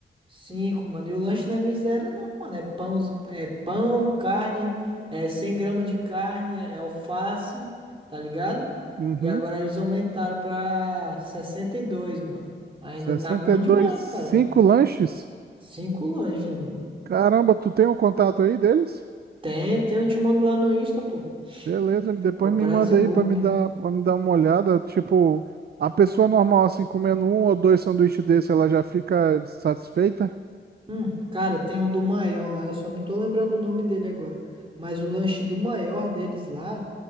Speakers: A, on the right; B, on the right.
A: Cinco, mano. E o lanche não é miséria, não, mano. É pão, é pão, carne, é 100 gramas de carne, é alface, tá ligado?
B: Uhum.
A: E agora eles aumentaram pra sessenta e dois mano. Ainda
B: sessenta
A: tá bom
B: e dois,
A: demais,
B: cinco
A: cara.
B: lanches?
A: Cinco lanches, mano.
B: Caramba, tu tem o contato aí deles?
A: Tem, tem, eu te mando lá no Insta, pô.
B: Beleza, depois
A: É o Brasiburger.
B: me manda aí para me dar, para me dar uma olhada. Tipo, a pessoa normal assim comendo um ou dois sanduíches desse, ela já fica satisfeita?
A: Hum, cara, tem o do maior lá, eu só não tô lembrando o nome dele agora. Mas o lanche do maior deles lá,